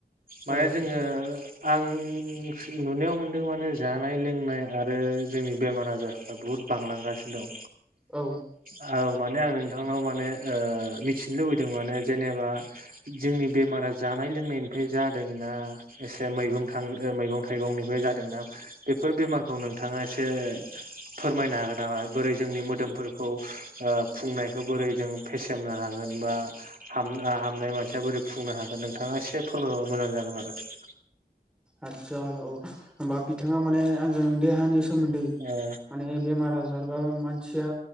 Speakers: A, on the right; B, in the centre.
A: माने
B: औ
A: जोङो आं नुनायाव मोनदों माने जानाय-लोंनाय आरो जोंनि बेमार आजारफ्रा बुहुद बांलांगासिनो दं
B: औ।
A: औ माने आं नोंथांनाव माने ओ मिथिनो लुबैदों माने जेनेबा जोंनि बेमारा जानाय लोंनायनिफ्राय जादोंना एसे मैगं थां मैगं थाइगंनिफ्राय जादोंना। बेफोर बेमारखौ नोंथाङा एसे फोरमायनो हागोन नामा बोरै जोंनि मोदोमफोरखौ ओ फुंनायखौ बोरै जों फेसेमनो हागोन बा हामनाय मानसिया बोरै फुंनो हागोन नोंथाङा एसे फोरमायबा मोजां जागोन आरो <unintelligible>
B: आदसा औ होमबा बिथाङा माने आंजों देहानि सोमोन्दै
A: ओ
B: माने बेमार आजार बा मा थिया